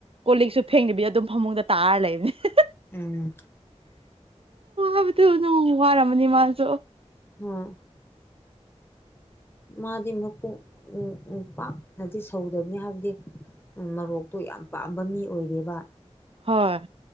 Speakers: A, on the right (about 55°); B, on the left (about 20°).
A: ꯀꯣꯜꯛꯁꯨ ꯐꯦꯡꯗꯕꯤꯗ ꯑꯗꯨꯝ ꯐꯃꯨꯡꯗ ꯇꯥꯔ ꯂꯩꯕꯅꯦ
B: ꯎꯝ
A: ꯑꯗꯨꯅ ꯋꯥꯔꯝꯃꯅꯤ ꯃꯥꯁꯨ
B: ꯍ‌ꯣꯏ ꯃꯥꯗꯤ ꯃꯄꯨ ꯄꯥꯛꯅꯗꯤ ꯁꯧꯗꯕꯅꯤ ꯍꯥꯏꯕꯗꯤ ꯃꯔꯣꯛꯇꯣ ꯌꯥꯝ ꯄꯥꯝꯕ ꯃꯤ ꯑꯣꯏꯔꯦꯕ
A: ꯍꯣꯏ